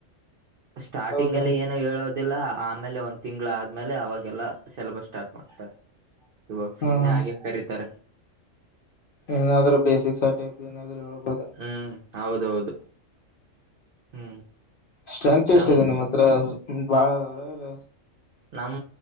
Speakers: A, on the right (about 60°); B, on the left (about 55°).
A: ಸ್ಟಾರ್ಟಿಂಗ್
B: ಹೌದಾ
A: ಅಲ್ಲಿ ಏ ಹೇಳೋದಿಲ್ಲ ಆಮೇಲೆ ಒಂದ್ ತಿಂಗ್ಗಳ ಆದ್ಮೇಲೆ ಅವಾಗೆಲ್ಲ ಸೆಲಬಸ್ ಸ್ಟಾರ್ಟ್ ಮಾಡ್ತಾರೆ ಇವ ಸುಮ್ನೆ
B: ಹಾ ಹಾ
A: ಆಗೆ ಕರಿತರ
B: ಏನಾದ್ರು ಬೇಸಿಕ್ ಆ ಟೈಪ್ ಏನಾದ್ರು ಹೇಳ್ಬಹದು
A: ಹ್ಮ್ ಹೌದೌದು ಹ್ಮ್
B: ಸ್ಟ್ರೆಂತ್
A: ಸಮ್
B: ಎಷ್ಟ ಇದೆ ನಿಮ್ಮ ಹತ್ರ ಬಾಳ ಅವಲ್ಲ
A: ನಮ